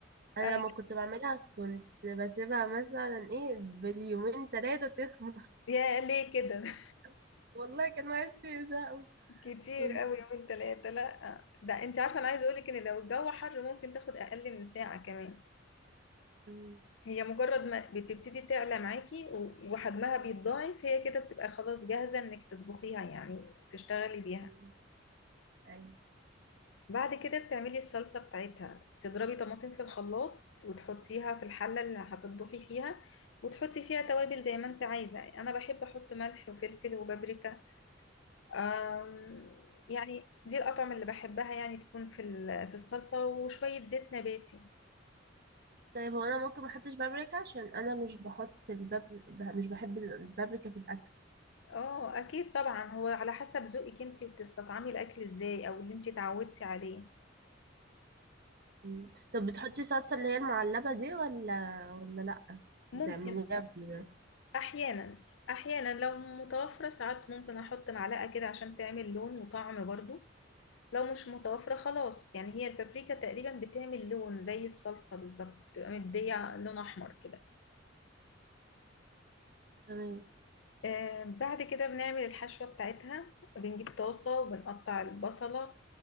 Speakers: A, on the right; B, on the left.
A: انا
B: آه،
A: لما كنت بعملها كنت بسيبها مثلا ايه باليومين ثلاثه تخمر
B: يا ليه كده <laughs>
A: <laughs> والله كان وقتي زهق
B: كتير
A: كنت
B: قوي يومين ثلاثة لا ده انت عارفة انا عايزة اقولك ان لو الجو حر ممكن تاخد اقل من ساعة كمان
A: مم.
B: هي مجرد ما بتبتدي تعلى معاكي و- وحجمها بيتضاعف هي كده بتبقى خلاص جاهزة انك تطبخيها يعني تشتغلي بيها
A: مم. أيوة
B: بعد كده بتعملي الصلصة بتاعتها بتضربي طماطم في الخلاط وتحطيها في الحلة اللي هتطبخي فيها وتحطي فيها توابل زي ما انت عايزة انا بحب احط ملح وفلفل وبابريكا أم، يعني دي الأطعمة اللي بحبها يعني تكون في ال- في الصلصة وشوية زيت نباتي
A: طيب هو انا ممكن ما احطش بابريكا عشان انا مش بحط الباب ب- مش بحب البابريكا في الاكل
B: اه أكيد طبعا هو على حسب ذوقك انتي وبتستطعمي الأكل ازاي أو اللي انتي اتعودتي عليه
A: مم. طب بتحطي صلصه اللي هي المعلبه دي ولا ولا لا
B: ممكن
A: بتعمليها ب-
B: أحيانا أحيانا لو متوفرة ساعات ممكن أحط معلقة كده عشان تعمل لون وطعم برضو لو مش متوفرة خلاص يعني هي البابريكا تقريبا بتعمل لون زي الصلصة بالظبط بتبقى مدية لون أحمر كده
A: تمام
B: آه، بعد كده بنعمل الحشوة بتاعتها بنجيب طاسة وبنقطع البصلة